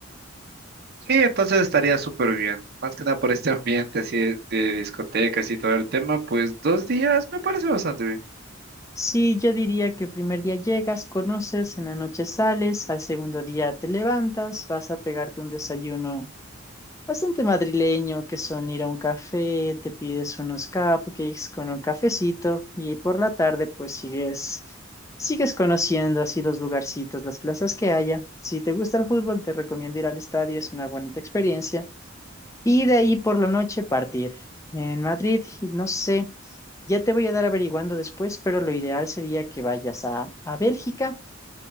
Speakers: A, on the right; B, on the left.
A: Sí, entonces estaría súper bien, más que nada por este ambiente así de, de discotecas y todo el tema, pues dos días me parece bastante bien.
B: Sí, yo diría que el primer día llegas, conoces, en la noche sales, al segundo día te levantas, vas a pegarte un desayuno Bastante madrileño, que son ir a un café, te pides unos cupcakes con un cafecito y ahí por la tarde pues sigues, sigues conociendo así los lugarcitos, las plazas que haya. Si te gusta el fútbol, te recomiendo ir al estadio, es una bonita experiencia. Y de ahí por la noche partir. En Madrid, y no sé, ya te voy a dar averiguando después, pero lo ideal sería que vayas a, a Bélgica